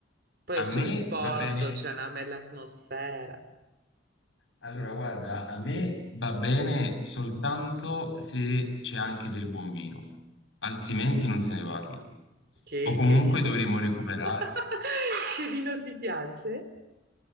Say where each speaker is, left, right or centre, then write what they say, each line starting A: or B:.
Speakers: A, on the right; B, on the left.
A: Poi
B: a
A: sul
B: me
A: porto
B: va bene.
A: c'è una bella atmosfera.
B: Allora, guarda, a me va bene soltanto se c'è anche del buon vino, altrimenti non se ne parla.
A: Che,
B: O comunque
A: che...
B: dovremo recuperare.
A: <laughs> che vino ti piace?